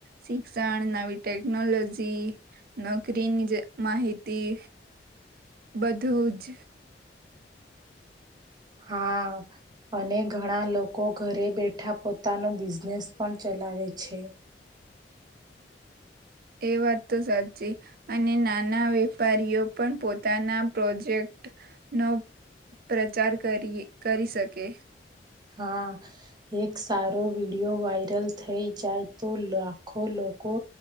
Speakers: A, on the right (about 55°); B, on the right (about 25°).
A: શિક્ષણ નવી ટેકનોલોજી જી નોકરીની જ માહિતી બધું જ.
B: હા અને ઘણા લોકો ઘરે બેઠા પોતાનો બિઝનેસ પણ ચલ વાવે છે.
A: એ વાત તો સાચી અને નાના વેપારીઓ પણ પોતાના પ્રોજેક્ટ નો પ્રચાર કરીએ કરી શકે.
B: હા એક સારો વિડીયો વાયરલ થઈ જાય તો લાખો લોકો લોકો